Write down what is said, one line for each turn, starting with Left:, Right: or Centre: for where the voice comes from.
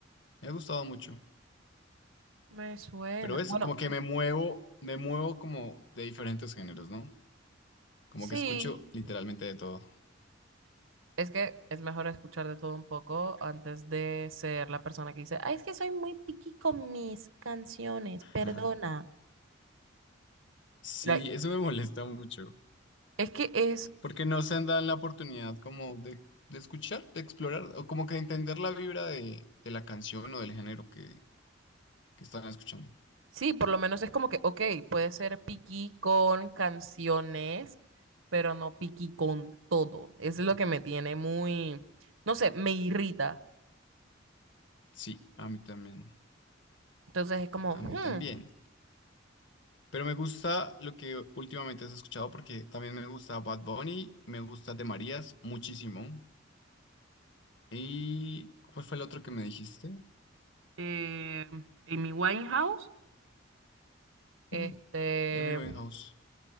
Left: Me ha gustado mucho.
Right: Me suena.
Left: Pero es
Right: Bueno,
Left: como que me muevo, me muevo como de diferentes géneros, ¿no? Como
Right: sí,
Left: que escucho literalmente de todo.
Right: es que es mejor escuchar de todo un poco antes de ser la persona que dice, ay, es que soy muy picky con mis canciones, perdona.
Left: Ajá. Sí,
Right: Like,
Left: eso me <laughs> molesta mucho,
Right: es que es,
Left: porque no se dan la oportunidad como de, de escuchar, de explorar, o como que de entender la vibra de, de la canción o del género que, que están escuchando.
Right: sí, por lo menos es como que, ok, puede ser picky con canciones, pero no picky con todo. Eso es lo que me tiene muy, no sé, me irrita.
Left: Sí, a mí también,
Right: Entonces es como,
Left: a
Right: hmm,
Left: mí también. Pero me gusta lo que últimamente has escuchado, porque también me gusta Bad Bunny, me gusta De Marías muchísimo. ¿Y cuál fue el otro que me dijiste?
Right: eh, Amy Winehouse, este.
Left: Mm, Amy Winehouse.